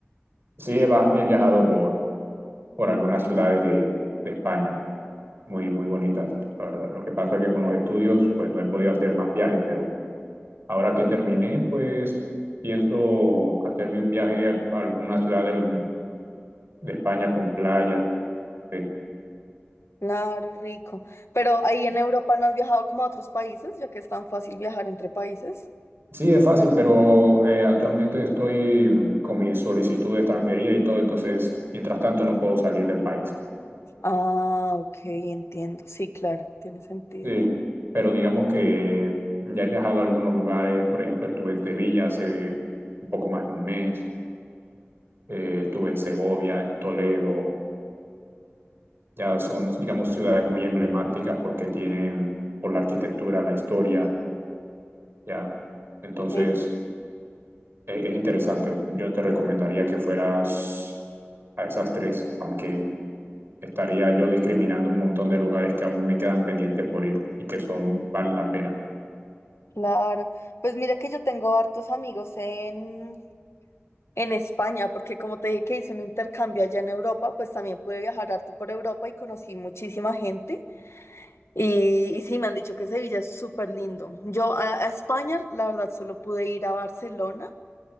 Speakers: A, on the right (about 55°); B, on the left (about 75°).
A: Sí, he, va- he viajado por, por algunas ciudades de, de España, muy, muy bonitas, la verdad. Lo que pasa es que con los estudios pues, no he podido hacer más viajes, pero... Ahora que terminé, pues pienso hacerme un viaje a a alguna ciudad del- de España con playa. Sí,
B: Claro, rico. Pero ahí en Europa no has viajado como a otros países, ya que es tan fácil viajar entre países.
A: Sí, es fácil, pero eh, actualmente estoy mm, con mi solicitud de extranjería y todo, entonces, mientras tanto, no puedo salir del país.
B: Ah, ok, entiendo. Sí, claro, tiene sentido.
A: Sí, pero digamos que ya he viajado a algunos lugares, por ejemplo, estuve en Sevilla hace un poco más de un mes, eh, estuve en Segovia, en Toledo, ya son, digamos, ciudades muy emblemáticas porque tienen por la arquitectura, la historia. Ya. Entonces,
B: Sí,
A: e- es interesante. Yo te recomendaría que fueras a esas tres, aunque estaría yo discriminando un montón de lugares que aún me quedan pendientes por ir y que son, valen la pena.
B: claro. Pues mira que yo tengo hartos amigos en, en España, porque como te dije que hice un intercambio allá en Europa, pues también pude viajar harto por Europa y conocí muchísima gente. Y, y sí, me han dicho que Sevilla es súper lindo. Yo a a España, la verdad, solo pude ir a Barcelona.